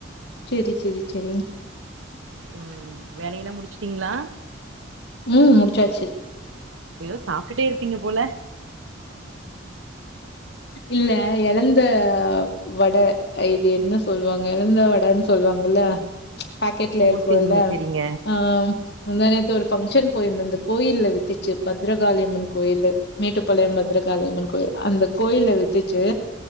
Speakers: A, on the left; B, on the right.
A: சேரி சேரி சேரி
B: ம் வேலையெல்லா முடிச்சுட்டீங்ளா
A: ம் முடிச்சாச்சு
B: எதோ சாப்டுட்டே இருப்பீங்க போல
A: இல்ல எழந்த வட இது என்ன சொல்லுவாங்க எழந்த வடன்னு சொல்லுவாங்கல்ல பாக்கெட்ல
B: ஓ
A: இருக்குல
B: செரிங்க செரிங்க
A: ஆ முந்தா நேத்து ஒரு பங்ஷன் போயிருந்தந்த கோயில்ல வித்துச்சு பத்ரகாளியம்மன் கோயில மேட்டு பாளையம் பத்ரகாளியம்மன்
B: ஓ
A: கோயில் அந்த கோயில வித்துச்சு